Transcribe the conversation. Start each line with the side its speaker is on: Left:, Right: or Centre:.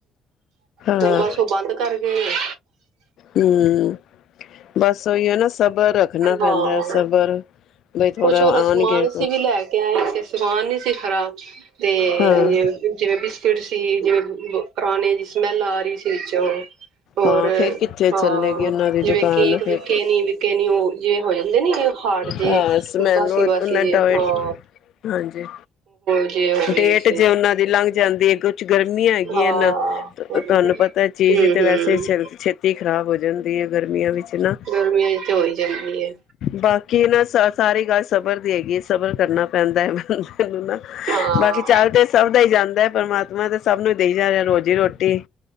Right: ਤੇ
Left: ਹਾਂ
Right: ਬਸ ਉਹ ਬੰਦ ਕਰ ਹਮ।
Left: ਹਮ ਬਸ ਉਹੀ ਹੈ ਨਾ ਸਬਰ ਰੱਖਣਾ
Right: ਹਾਂ
Left: ਪੈਂਦਾ ਹੈ ਸਬਰ ਬਈ ਥੋੜ੍ਹਾ
Right: ਕੁਛ ਹੋਰ ਸਮਾਨ
Left: ਆਣਗੇ
Right: ਅਸੀਂ ਵੀ ਲੈ ਕੇ ਆਏ ਸੀ ਸਮਾਨ ਨੀ ਸੀ ਖ਼ਰਾਬ ਤੇ
Left: ਹਮ
Right: ਜਿਵੇਂ ਬਿਸ ਤੇ ਜਿਵੇਂ ਪੁਰਾਣੇ ਸਮੈਲ ਆ ਰਹੀ ਸੀ ਵਿੱਚੋਂ ਰੋਰ
Left: ਹਾਂ ਫੇਰ ਕਿੱਥੇ ਚੱਲੇਗੀ
Right: ਹਾਂ
Left: ਉਹਨਾਂ ਦੀ ਦੁਕਾਨ
Right: ਜਿਵੇਂ ਕੇਕ ਵਿਕੇ
Left: ਫਿਰ
Right: ਨੀ ਵਿਕੇ ਨੀ ਉਹ ਜਿਵੇਂ ਹੋ ਜਾਂਦੇ ਨੀ ਹਾਰਟ ਜੇ
Left: ਹਾਂ ਸਮੈਲ
Right: ਬਾਸੀ
Left: ਉਹਨਾਂ
Right: ਬਾਸੀ ਜੇ
Left: ਟੋਏ
Right: ਹਾਂ
Left: ਹਾਂਜੀ
Right: ਜੇ ਹੋ ਗਏ
Left: ਡੇਟ
Right: ਸੀ
Left: ਜੇ ਉਹਨਾਂ ਦੀ ਲੰਘ ਜਾਂਦੀ ਏ ਇੱਕ ਗਰਮੀਆਂ ਹੈਗੀਆਂ
Right: ਹਾਂ
Left: ਨ ਤੁਹਾਨੂੰ
Right: ਹਮ
Left: ਪਤਾ ਚੀਜ਼ ਤੇ ਵੈਸੇ
Right: ਹਮ
Left: ਛ ਛੇਤੀ ਖਰਾਬ ਹੋਜਣ ਗਰਮੀਆਂ ਵਿੱਚ ਨਾ
Right: ਗਰਮੀਆਂ ਚ ਤੇ ਹੋਈ ਜਾਂਦੀ ਹੈ
Left: ਬਾਕੀ ਨਾ ਸਾ ਸਾਰੀ ਗੱਲ ਸਬਰ ਦੀ ਹੈਗੀ ਹੈ, ਸਬਰ ਕਰਨਾ ਪੈਂਦਾ ਹੈ, ਮੈ ਮੈਨੂੰ ਨਾ
Right: ਹਾਂ
Left: ਬਾਕੀ ਚੱਲ ਤੇ ਸਭ ਦਾ ਹੀ ਜਾਂਦਾ ਹੈ ਪਰਮਾਤਮਾ ਤੇ ਸਭ ਨੂੰ ਦੇਈ ਜਾ ਰਿਹਾ ਰੋਜ਼ੀ ਰੋਟੀ